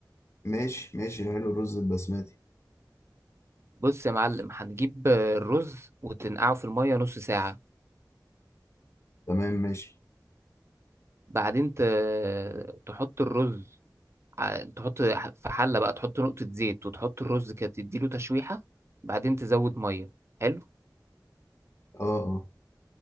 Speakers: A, on the left; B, on the right.
A: ماشي ماشي حلو الرز البسمتي
B: بص يا معلم هتجيب آه، الرز وتنقعه في المية نص ساعة
A: تمام ماشي
B: بعدين ت- تحط الرز ع- تحط في حلة بقى تحط نقطة زيت وتحط الرز كده تديله تشويحة بعدين تزود مية حلو
A: اه اه